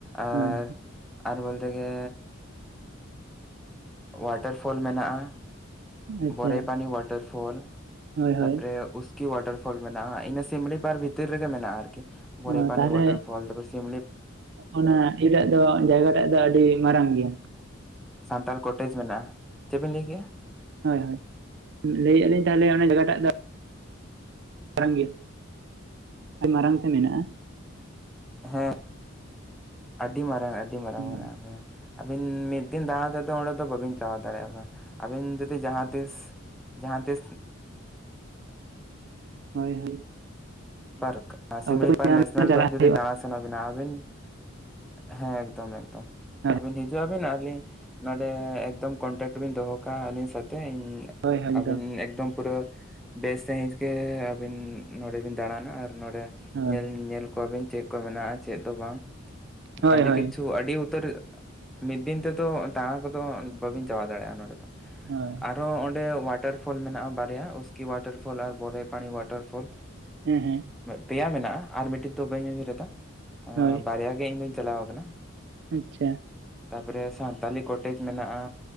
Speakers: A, in the centre; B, on the right.
A: ᱟᱨ
B: ᱦᱳᱭ
A: ᱟᱨ ᱵᱚᱞᱛᱮ ᱜᱮ ᱚᱣᱟᱴᱟᱨᱯᱷᱚᱞ ᱢᱮᱱᱟᱜᱼᱟ
B: ᱟᱪᱪᱷᱟ
A: ᱵᱚᱨᱮ ᱯᱟᱱᱤ ᱣᱟᱴᱟᱨᱯᱷᱚᱞ
B: ᱦᱳᱭ ᱦᱳᱭ
A: ᱛᱟᱯᱚᱨ ᱩᱥ ᱠᱤ ᱚᱳᱣᱟᱴᱟᱨ ᱯᱷᱚᱞ ᱢᱮᱱᱟᱜᱼᱟ ᱤᱱᱟᱹ ᱥᱤᱢᱲᱤ ᱯᱟᱨᱠ ᱵᱷᱤᱛᱤᱨ ᱨᱮᱜᱮ ᱢᱮᱱᱟᱜᱼᱟ ᱟᱨᱠᱤ ᱵᱚᱨᱮ
B: ᱚ
A: ᱯᱟᱱᱤ
B: ᱛᱟᱦᱚᱞᱮ
A: ᱚᱣᱟᱴᱟᱨ ᱯᱷᱚᱞ ᱛᱟᱯᱚᱨ ᱥᱤᱢᱞᱤ
B: ᱚᱱᱟ ᱮᱴᱟᱜ ᱫᱚ ᱡᱟᱭᱜᱟ ᱴᱟᱜ ᱫᱚ ᱟᱹᱰᱤ ᱢᱟᱨᱟᱝ ᱜᱮᱭᱟ
A: ᱥᱟᱱᱛᱟᱲ ᱠᱚᱴᱮᱡᱽ ᱢᱮᱱᱟᱜᱼᱟ ᱪᱮᱫ ᱵᱮᱱ ᱞᱟᱹᱭ ᱠᱮᱟ
B: ᱦᱳᱭ ᱦᱳᱭ ᱞᱟᱹᱭᱟᱜ ᱞᱤᱧ ᱛᱟᱦᱚᱞᱮ ᱚᱱᱟ ᱡᱟᱭᱜᱟᱴᱟᱜ ᱫᱚ ᱢᱟᱨᱟᱝ ᱜᱮ ᱟᱹᱰᱤ ᱢᱟᱨᱟᱝ ᱛᱮ ᱢᱮᱱᱟᱜᱼᱟ
A: ᱦᱮᱸ ᱟᱹᱰᱤ ᱢᱟᱨᱟᱝ ᱟᱹᱰᱤ ᱢᱟᱨᱟᱝ ᱢᱮᱱᱟᱜᱼᱟ
B: ᱦᱳᱭ
A: ᱵᱚᱭᱦᱟ ᱟᱹᱵᱤᱱ ᱢᱤᱫ ᱫᱤᱱ ᱫᱟᱟᱲᱟ ᱛᱮᱫᱚ ᱚᱸᱰᱮ ᱫᱚ ᱵᱟᱵᱤᱱ ᱪᱟᱵᱟ ᱫᱟᱲᱮᱭᱟᱜᱼᱟ ᱟᱵᱤᱱ ᱡᱩᱫᱤ ᱡᱟᱦᱟᱸ ᱛᱤᱥ ᱡᱟᱦᱟᱸ ᱛᱤᱥ
B: ᱦᱳᱭ ᱦᱳᱭ
A: ᱯᱟᱨᱠ ᱥᱤᱢᱲᱤ
B: ᱚᱠᱛᱚ ᱠᱚ
A: ᱯᱟᱨᱠ
B: ᱧᱟᱢ
A: ᱱᱮᱥᱱᱮᱞ
B: ᱞᱮᱠᱷᱟᱱ ᱪᱟᱞᱟᱜ
A: ᱯᱟᱨᱠ ᱡᱩᱫᱤ
B: ᱦᱩᱭᱩᱜᱼᱟ
A: ᱫᱟᱬᱟ ᱥᱟᱱᱟ ᱵᱤᱱᱟ ᱟᱹᱵᱤᱱ ᱦᱮᱸ ᱮᱠᱫᱚᱢ ᱮᱠᱫᱚᱢ
B: ᱦᱳᱭ
A: ᱟᱹᱵᱤᱱ ᱦᱤᱡᱩᱜ ᱟᱵᱤᱱ ᱟᱞᱤᱧ ᱱᱚᱰᱮ ᱮᱠᱫᱚᱢ ᱠᱚᱱᱴᱟᱠᱴ ᱵᱮᱱ ᱫᱚᱦᱚ ᱠᱟᱜᱼᱟ ᱟᱹᱞᱤᱧ ᱥᱟᱛᱮᱜ ᱤᱧ
B: ᱦᱳᱭ ᱦᱳᱭ ᱮᱠᱫᱚᱢ
A: ᱟᱹᱵᱤᱱ ᱮᱠᱫᱚᱢ ᱯᱩᱨᱟᱹ ᱵᱮᱥ ᱥᱺᱦᱤᱡ ᱜᱮ ᱟᱹᱵᱤᱱ ᱱᱚᱰᱮ ᱵᱤᱱ ᱫᱟᱟᱲᱟᱱᱟ ᱟᱨ ᱱᱚᱰᱮ
B: ᱦᱳᱭ
A: ᱧᱮᱞ ᱧᱮᱞ ᱠᱚᱣᱟᱵᱤᱱ ᱪᱮᱫ ᱢᱮᱱᱟᱜᱼᱟ ᱪᱮᱫ ᱫᱚ ᱵᱟᱝ
B: ᱦᱳᱭ
A: ᱟᱹᱰᱤ
B: ᱦᱳᱭ
A: ᱠᱤᱪᱷᱩ ᱟᱹᱰᱤ ᱩᱛᱟᱹᱨ ᱢᱤᱫ ᱫᱤᱱ ᱛᱮᱫᱚ ᱫᱟᱬᱟ ᱠᱚᱫᱚ ᱵᱟᱹᱵᱤᱱ ᱪᱟᱵᱟᱣ ᱫᱟᱲᱮᱭᱟᱜᱼᱟ ᱱᱚᱸᱰᱮ ᱫᱚ
B: ᱦᱳᱭ
A: ᱟᱨᱦᱚᱸ ᱚᱸᱰᱮ ᱚᱣᱟᱴᱟᱨ ᱯᱷᱚᱞ ᱢᱮᱱᱟᱜᱼᱟ ᱵᱟᱨᱭᱟ ᱩᱥᱠᱤ ᱣᱟᱴᱟᱨ ᱯᱷᱚᱞ ᱟᱨ ᱵᱚᱨᱦᱮ ᱯᱟᱱᱤ ᱳᱣᱟᱴᱟᱨ ᱯᱷᱚᱞ ᱾
B: ᱦᱮᱸ ᱦᱮᱸ
A: ᱯᱮᱭᱟ ᱢᱮᱱᱟᱜᱼᱟ ᱟᱨ ᱢᱤᱫᱴᱤᱡ ᱫᱚ ᱵᱟᱹᱧ ᱩᱭᱦᱟᱹᱨ ᱮᱫᱟ ᱾
B: ᱦᱳᱭ ᱾
A: ᱵᱟᱨᱭᱟ ᱜᱮ ᱤᱧ ᱫᱩᱧ ᱪᱟᱞᱟᱣ ᱠᱟᱱᱟ ᱾
B: ᱟᱪᱪᱷᱟ ᱾
A: ᱛᱟᱯᱚᱨᱮ ᱥᱟᱱᱛᱟᱞᱤ ᱠᱚᱴᱮᱡᱽ ᱢᱮᱱᱟᱜᱼᱟ